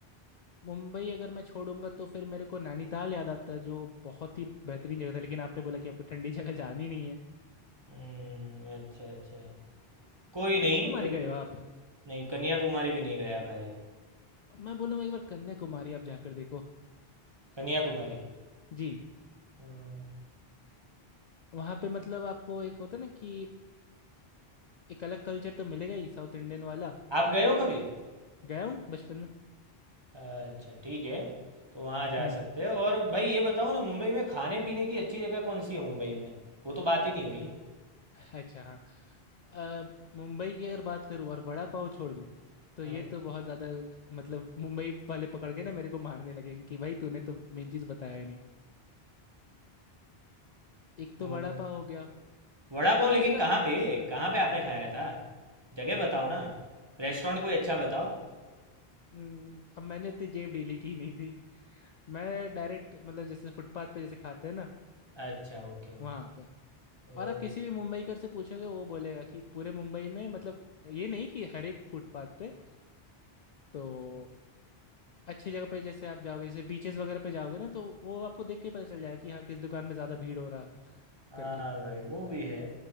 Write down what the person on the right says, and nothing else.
हम्म, अच्छा अच्छा कोई
नहीं चलो
नहीं कन्याकुमारी भी नहीं गया भाई
कन्याकुमारी
हम्म,
आप गए हो कभी
अच्छा ठीक है तो वहाँ जा
सकते हैं और भाई ये बताओ ना मुंबई में खाने पीने की अच्छी जगह कौन सी है मुंबई में वो तो बात ही नहीं हुई
हम्म
हम्म,
तो
वड़ा पाव
लेकिन
कहाँ पे कहाँ पे आपने खाया था जगह बताओ ना रेस्टोरेंट कोई
अच्छा बताओ
अच्छा ओके ओके
ओ
हाँ
भाई वो भी है